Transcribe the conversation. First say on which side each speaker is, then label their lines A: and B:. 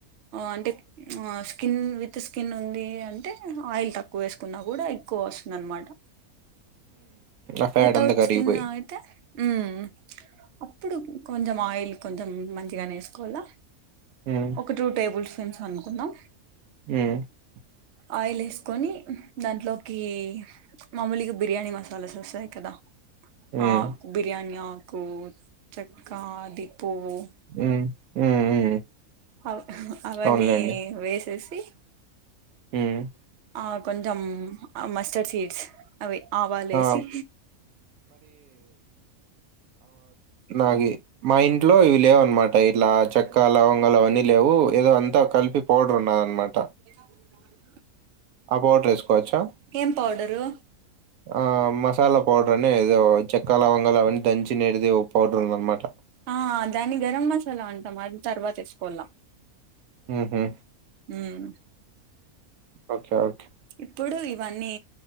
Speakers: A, on the right (about 60°); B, on the right (about 80°).
A: అంటే స్కిన్ విత్ స్కిన్ ఉంది అంటే ఆయిల్ తక్కువ వేసుకున్నా కూడా ఎక్కువ వస్తుంది అనమాట
B: ఆ ఫ్యాట్
A: వితౌట్
B: అంత కరిగిగిపోయి
A: స్కిన్ అయితే హ్మ్ అప్పుడు కొంచం ఆయిల్ కొంచెం మంచిగనే వేసుకోవల్ల
B: ఉమ్.
A: ఒక టూ టేబుల్స్ పెంచ అనుకుందాం
B: హ్మ్
A: ఆయిల్ వేసుకొని దాంట్లోకి మామూలుగా బిర్యానీ మసాలాస్ వస్తాయి కదా
B: హ్మ్
A: ఆకు బిర్యానీ ఆ కు చక్క ది పువ్వు
B: హ్మ్ హ్మ్ హ్మ్.
A: అవ్ హా అవన్నీ
B: అవునులేండి.
A: వేసెస్ తీ
B: హ్మ్.
A: ఆ కొంచం ఆ మస్ మస్టర్డ్ సీడ్స్ అవి ఆవాలేసి
B: ఆ! నాకు మా ఇంట్లో ఇవి లేవు అన్నమాట ఇట్లా చెక్క లవంగలు అవన్నీ లేవు ఏదో అంతా కలిపి పోడర్ ఉన్నద అన్నమాట
A: ఎలా ఉన్నావ్ ఆన్
B: ఆ పౌడర్ వేసుకోవచ్చా
A: ఏం పౌడరు
B: ఆ మసాలా పౌడర్ అనే ఏదో చెక్కా లవంగలు అవన్నీ దంచినేడిది పౌడర్ ఉంది అన్నమాట
A: ఆ దాన్ని గరం మసాలా అంటాం అది తర్వాత ఏసుకోళ్ళ
B: హుహు.
A: హుమ్
B: ఓకే ఓ
A: ఇప్పుడు ఇవ్ ఇవన్నీ